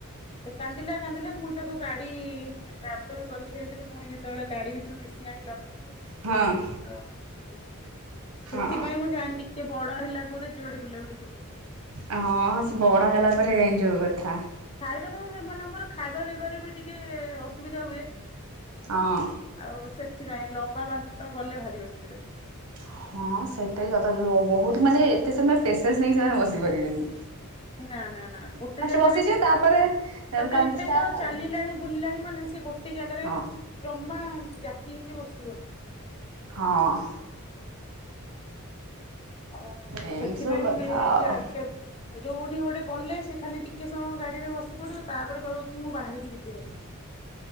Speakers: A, on the left; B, on the right.
A: ସେ କାନ୍ଦିଲ କାନ୍ଦିଲ ମୁଁ ତାକୁ ଗାଡି ଟ୍ରାଭେଲର କରିକି ଯାଇଥିଲୁ ପୁଣି ଯେତେବେଳେ ଗାଡି ଭିତରୁକୁ ଏହି ଆଣି ଲଗେଇଦେଲୁ
B: ହଁ।
A: ସେଠୁ ପୁରା ପୁଣି ଚୁପ୍
B: ହଁ।
A: ସେଥିପାଇଁ ମୁଁ ଯାଏନି। କେ ବଡ ହେଲା ପରେ ଯୋଆଡେ ବୁଲାବୁଲି କରିବ।
B: ହଁ ସେ ବଡ ହେଲା ପରେ ଜାଇଁକି ଯୋଉ କଥା।
A: ଖାଇବା ତ ହେଲେ ସେମାନଙ୍କର ଖାଇବା ପିବାରେ ବି ଟିକେ ଅସୁବିଧା ହୁଏ।
B: ହଁ।
A: ଆଉ ସେଥିପାଇଁ ଲମ୍ବା ବାଟ ଗଲେ ଭାରି ଅସୁବିଧା।
B: ହଁ ସେଟା ବି ସତ ବୋହୁତ ମାନେ ଏତେ ସମୟ ପେସେନ୍ସ ନେଇକି ସେମାନେ ବସିପାରିବେନି।
A: ନା ନା ନା ଗୋଟେ ଜାଗାରେ
B: ବସିଯିବେ
A: ତା
B: ତାପରେ
A: ପରେ
B: କାନ୍ଦ
A: ଏବେ
B: ଷ୍ଟାର୍ଟ
A: ତ
B: ଆଉ
A: ଚାଲିଲାଣି ବୁଲିଲାଣି ମାନେ ସେ ଗୋଟ ଟେ ଜାଗାରେ
B: ହଁ
A: ଜମା ଜାକି ହେଇକି ବସିବନି।
B: ହଁ।
A: ହଉ,
B: ଏମିତି
A: ସେଥିପାଇଁ
B: ସବୁ କଥା
A: ମୁଁ ଟିକେ
B: ଆଉ
A: ଯା ଯେତ୍ ଯୋଉଠି ଗୋଟେ ଗଲେ ସେ ଖାଲି ଟିକେ ସମୟ ଗାଡି ରେ ବସି ପଡିବ। ତା'ପରେ କହିବ କି, ମୁଁ ବାହାରିକି ଯିବି ହାରି।
B: <inaudible>